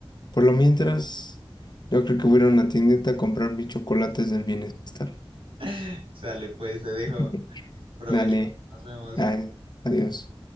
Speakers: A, on the left; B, on the right.
A: por lo mientras, yo creo que voy a ir a una tiendita a comprar mis chocolates del bienestar.
B: <laughs> Sale, pues, te dejo.
A: <laughs>
B: Provecho.
A: Dale,
B: Nos vemos.
A: ay, adiós.